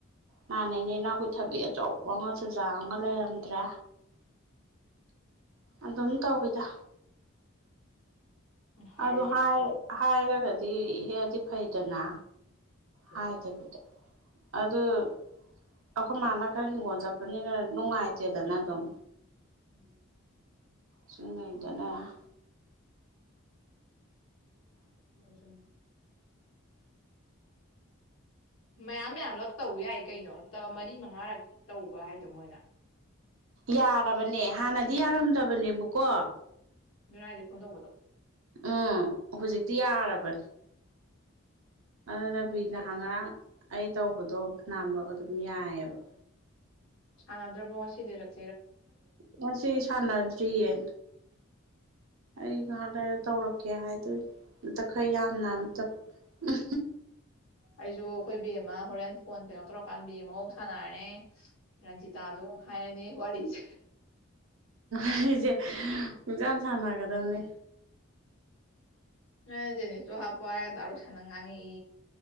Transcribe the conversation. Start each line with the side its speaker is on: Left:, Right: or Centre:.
Right: ꯅꯥꯟꯅꯦꯩꯅꯦ ꯏꯅꯥꯎꯈꯣꯏ ꯊꯕꯤ ꯑꯆꯧꯕ ꯑꯃꯒ ꯆꯨꯖꯥꯛ ꯑꯃꯒ ꯂꯩꯔꯝꯗ꯭ꯔꯦ ꯑꯗꯨꯝ ꯇꯧꯋꯤꯗ
Left: ꯍꯥꯏꯔ
Right: ꯑ
Left: ꯍꯦꯛꯄ ꯀꯩꯗꯧꯕ
Right: ꯍꯥꯏꯔꯒꯗꯤ ꯍꯦꯛꯗꯤ ꯐꯩꯗꯅ
Left: ꯍꯣꯏ
Right: ꯍꯥꯏ ꯇ ꯄꯗ ꯑꯗꯨꯗ ꯑꯩꯈꯣꯏ ꯃꯥꯅ ꯈꯔ ꯍꯤꯡꯒꯣꯜ ꯆꯠꯄꯅꯤꯅ ꯅꯨꯡꯉꯥꯏꯇꯦꯗꯅ ꯑꯗꯨꯝ
Left: ꯎꯝ
Right: ꯆꯨꯝꯅꯗꯅ
Left: ꯃꯖ ꯃꯌꯥꯝ ꯃꯌꯥꯝꯂ ꯇꯧꯕ ꯌꯥꯏ ꯀꯩꯅꯣ ꯃꯔꯤ ꯃꯉꯥꯔꯛ ꯇꯧꯕ ꯍꯥꯏꯗꯣ ꯃꯣꯏꯅ
Right: ꯌꯥꯔꯕꯅꯦ ꯍꯥꯟꯅꯗꯤ ꯌꯥꯔꯝꯗꯕꯅꯦꯕꯀꯣ
Left: ꯑꯗꯨꯅꯥꯏꯁꯦ ꯐꯣꯟ ꯇꯧꯕꯗꯣ
Right: ꯎꯝ ꯍꯧꯖꯤꯛꯇꯤ ꯌꯥꯔꯕꯅꯤ ꯑꯗꯨ ꯔꯕꯤ
Left: ꯐꯩ
Right: ꯅꯍꯥꯟ ꯉꯔꯥꯡ
Left: ꯁꯤ
Right: ꯑꯩ ꯇꯧꯕꯗꯣ ꯐꯅꯌꯥꯝꯂ ꯑꯗꯨꯝ ꯌꯥꯏꯑꯕ
Left: ꯑꯥꯟꯗ꯭ꯔ ꯣꯁꯗꯔꯛꯦ
Right: ꯃꯁꯤ ꯉ ꯁꯥꯟꯅꯗ꯭ꯔꯤꯌꯦ ꯑꯩ ꯉꯥꯏꯍꯥꯛ ꯂꯩꯔ ꯇꯧꯔꯛꯀꯦ ꯍꯥꯏꯗꯣꯏ ꯑꯝꯇ ꯈꯔ ꯌꯥꯝꯅ ꯑꯝꯇ ꯎꯝ
Left: ꯑꯩꯖꯁꯨ ꯑꯩꯈꯣꯏ ꯕꯦ ꯑꯃ ꯍꯣꯔꯦꯟ ꯐꯣꯟ ꯀꯩꯅꯣ ꯇꯧꯔꯀꯥꯟꯗ ꯕꯦꯝ ꯑꯃꯒꯧ ꯁꯥꯟꯅꯔꯅꯦ ꯔꯟꯖꯤꯇꯥꯗ ꯍꯥꯏꯔꯅꯤ ꯋꯥꯔꯤꯁꯦ
Right: ꯑꯩꯁꯦ ꯄꯛꯁꯥꯟ ꯁꯥꯟꯅꯒꯗꯕꯅꯦ
Left: ꯅ ꯖꯦꯅꯤꯁꯇꯣ ꯍꯥꯞꯄꯣ ꯍꯥꯏꯔꯒ ꯗꯥꯔꯨ ꯁꯥꯟꯅ ꯉꯥꯡꯉꯛꯏ